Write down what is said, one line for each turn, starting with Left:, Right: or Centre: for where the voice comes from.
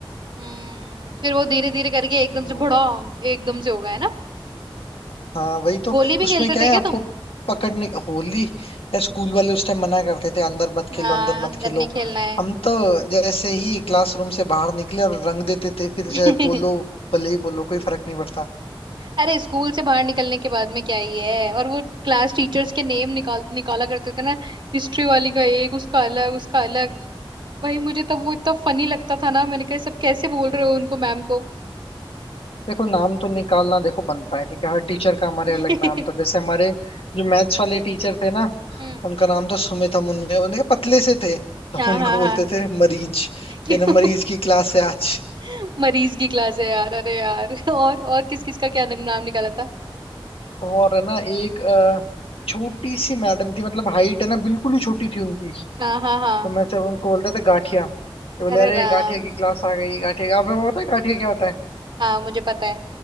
Right: हम्म फिर वो धीरे धीरे करके एकदम
Left: हाँ
Right: से बड़ा एकदम से हो गया है ना
Left: हाँ वही तो
Right: होली भी
Left: उसमें
Right: खेलते
Left: क्या
Right: थे
Left: है
Right: क्या
Left: आपको
Right: तुम
Left: पकड़ने होली या स्कूल वाले उस टाइम मना करते थे अंदर मत खेलो
Right: हाँ
Left: अंदर मत
Right: अंदर
Left: खेलो
Right: नहीं खेलना है
Left: हम तो जैसे ही क्लासरूम से बाहर निकले और रंग देते थे फिर
Right: <laughs>
Left: चाहे बोलो भले ही बोलो कोई फर्क नहीं पड़ता
Right: अरे स्कूल से बाहर निकलने के बाद में क्या ही है और वो क्लास टीचर्स के नेम निकाल निकाला करते थे ना हिस्ट्री वाली का एक उसका अलग उसका अलग भाई मुझे तब वो इतना फनी लगता था ना मैंने कहा "ये सब कैसे बोल रहे हो उनको मैम को
Left: देखो नाम तो निकालना देखो बनता
Right: हम्म
Left: है ठीक है हर टीचर का हमारे
Right: <laughs>
Left: अलग नाम था जैसे हमारे जो मैथ्स वाले टीचर थे ना
Right: हम्म।
Left: उनका नाम था सुमित हम उनने उनके पतले से थे तो
Right: हाँ
Left: हम उनको
Right: हाँ
Left: बोलते
Right: हाँ
Left: थे मरीज
Right: <laughs> क्यों
Left: ये ना मरीज की क्लास है आज
Right: <laughs> मरीज की क्लास है यार अरे यार <laughs> और और किस किस का क्या नाम निकाला था
Left: और है ना एक अ, छोटी सी मैडम थी मतलब हाइट है ना बिल्कुल ही छोटी थी उनकी तो
Right: हाँ हाँ हाँ
Left: मैं जब उनको बोलते थे गाठिया ये बोले
Right: अरे
Left: अरे
Right: राम
Left: गाठिया की क्लास आ गई गाठिया आपको पता है गाठिया क्या होता है
Right: हाँ मुझे पता है